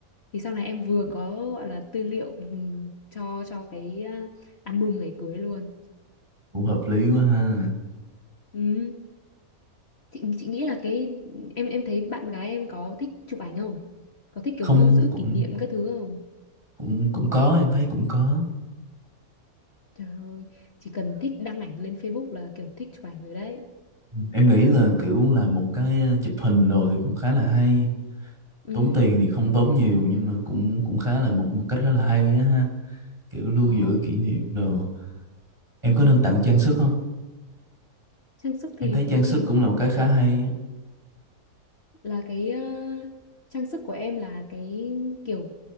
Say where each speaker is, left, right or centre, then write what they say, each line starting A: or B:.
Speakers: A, on the left (about 45°); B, on the right (about 20°).
A: thì sau này em vừa có gọi là tư liệu ừ, cho cho cái ờ, album ngày cưới luôn
B: cũng hợp lý quá ha
A: ừ chị chị nghĩ là cái em em thấy bạn gái em có thích chụp ảnh không có thích
B: không
A: kiểu lưu giữ
B: cũng
A: kỷ niệm các thứ không
B: cũng cũng có em thấy cũng có
A: trời ơi chỉ cần thích đăng ảnh lên Facebook là kiểu thích chụp ảnh rồi đấy
B: em nghĩ là kiểu là một cái ờ, chụp hình đồ thì cũng khá là hay
A: ừ
B: tốn tiền thì không tốn nhiều nhưng mà cũng cũng khá là một, một cách khá là hay á ha kiểu lưu
A: ờ
B: giữ kỷ niệm đồ em
A: ừ.
B: có nên tặng trang sức không
A: trang sức
B: em
A: thì
B: thấy trang
A: cái
B: sức
A: gì
B: cũng là một cái khá hay á
A: là cái ờ, trang sức của em là cái kiểu